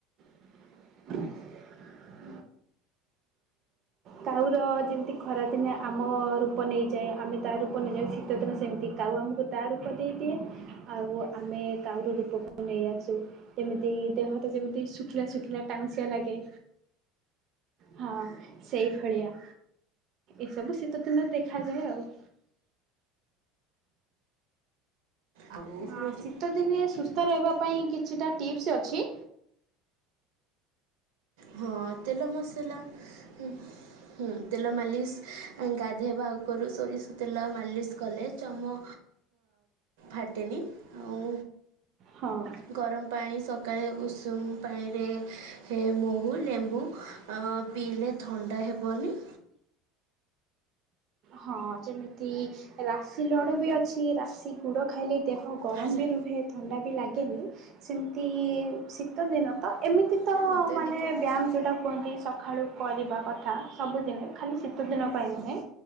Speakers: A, on the right; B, on the right.
A: <inaudible> କାଉର ଯେମିତି ଖରାଦିନେ ଆମ ରୂପ ନେଇଯାଏ ଆମେ ତା ରୂପ ନେଇଯା ଶୀତଦିନେ ସେମିତି କାଉ ଆମକୁ ତା ରୂପ ଦେଇଦିଏ ଆଉ ଆମେ କାଉର ରୂପକୁ ନେଇ ଆସୁ। ଯେମିତି ଦେହ ତ ଯେମିତି ଶୁଖିଲା ଶୁଖିଲା ଟାଉଁସିିଆ ଲାଗେ। ହଁ ସେଇ ଭଳିଆ ଏସବୁ ଶୀତ ଦିନରେ ଦେଖାଯାଏ ଆଉ।
B: ଆଉ
A: ହଁ
B: ହେଉଛି
A: ଶୀତଦିନେ ସୁସ୍ଥ ରହିବା ପାଇଁ କିଛିଟା ଟିପ୍ସ ଅଛି।
B: ହଁ ତେଲ ମସଲା ହୁଁ ତେଲ ମାଲିସ୍ ଗାଧୋଇବା ଆଗରୁ ସୋରିଷ ତେଲ ମାଲିସ୍ କଲେ ଚମ ଫାଟେନି ଆଉ
A: ହଁ
B: ଗରମ ପାଣି ସକାଳେ ଉଷୁମ ପାଣିରେ ହେ ମହୁ, ଲେମ୍ବୁ ପିଇଲେ ଥଣ୍ଡା ହେବନି।
A: ହଁ ଯେମିତି ରାଶି ଲଡୁ ବି ଅଛି ରାଶି ଗୁଡ ଖାଇଲେ ଦେହ ଗରମ
B: ଆଡ଼େ ଯା
A: ବି ରୁହେ ଥଣ୍ଡା ବି ଲାଗେନି ସେମିତି ଶୀତଦିନ ତ ଏମିତି ତ
B: ଯା ମୋତେ ବି
A: ମାନେ
B: ଦେଖିବାର ଅଛି
A: ବ୍ୟାୟାମ ଯେଉଁଟା କୁହନ୍ତି ସକାଳୁ କରିବା କଥା ସବୁଦିନେ ଖାଲି ଶୀତଦିନ ପାଇଁ ନୁହେଁ